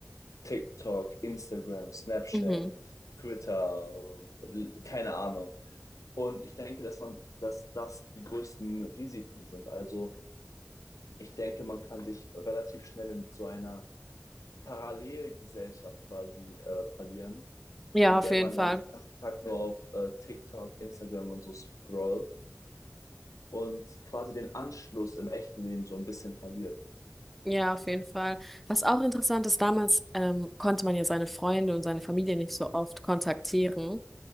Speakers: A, on the left; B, in the centre.
A: TikTok, Instagram, Snapchat,
B: Mhm.
A: Twitter, keine Ahnung. Und ich denke, dass man, dass das die größten Risiken sind. Also ich denke, man kann sich relativ schnell in so einer Parallelgesellschaft quasi äh, verlieren,
B: Ja,
A: in
B: auf
A: der
B: jeden
A: man
B: Fall.
A: dann den ganzen Tag nur auf äh, TikTok, Instagram und so scrollt und quasi den Anschluss im echten Leben so ein bisschen verliert.
B: Ja, auf jeden Fall. Was auch interessant ist, damals ähm, konnte man ja seine Freunde und seine Familie nicht so oft kontaktieren.